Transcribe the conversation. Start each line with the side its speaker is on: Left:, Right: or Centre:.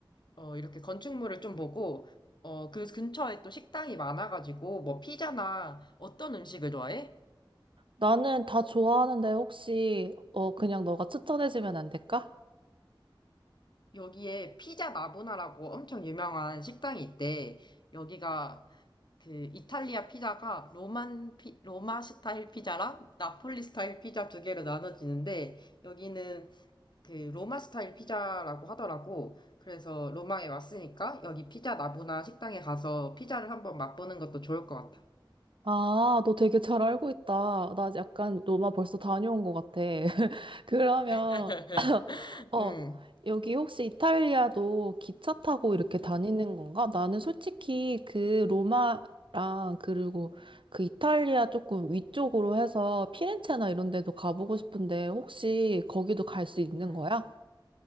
Left: 어, 이렇게 건축물을 좀 보고, 어, 그 근처에 또 식당이 많아가지고, 뭐, 피자나 어떤 음식을 좋아해?
Right: 나는 다 좋아하는데 혹시, 어, 그냥 너가 추천해주면
Left: 응
Right: 안 될까?
Left: 여기에 피자 나보나라고 엄청 유명한 식당이 있대. 여기가 그 이탈리아 피자가 로만 피, 로마 스타일 피자랑 나폴리 스타일 피자 두 개로 나눠지는데, 여기는 그 로마 스타일 피자라고 하더라고. 그래서 로마에 왔으니까 여기 피자 나보나 식당에 가서 피자를 한번 맛보는 것도 좋을 것 같아.
Right: 아, 너 되게 잘 알고 있다. 나 약간 로마 벌써 다녀온 것 같아. <laughs> 그러면,
Left: <laughs>
Right: 어,
Left: 응.
Right: 여기 혹시 이탈리아도 기차 타고 이렇게
Left: 음,
Right: 다니는 건가? 나는 솔직히 그 로마랑 그리고 그 이탈리아 조금 위쪽으로 해서 피렌체나 이런 데도 가보고 싶은데 혹시 거기도 갈 수 있는
Left: 음.
Right: 거야?